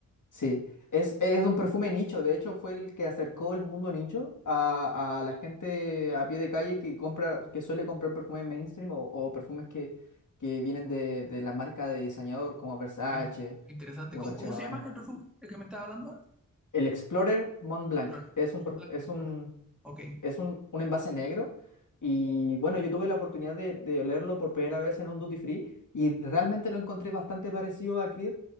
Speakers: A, on the left; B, in the centre.
A: Sí, es, es un perfume nicho, de hecho fue el que acercó el mundo nicho a, a la gente a pie de calle que compra, que suele comprar perfumes mainstream o, o perfumes que, que vienen de, de la marca de diseñador como Versace,
B: Mira, interesante.
A: como
B: ¿Cómo,
A: Dolce
B: cómo
A: Gabbana.
B: se llama el perfume? El que me estaba hablando ahora.
A: El Explorer Mont Blanc
B: Explorer.
A: es
B: Montblanc
A: un, per- es
B: Explorer.
A: un
B: Ok.
A: es un, un envase negro y bueno, yo tuve la oportunidad de, de olerlo por primera vez en un duty free y realmente lo encontré bastante parecido a Creed,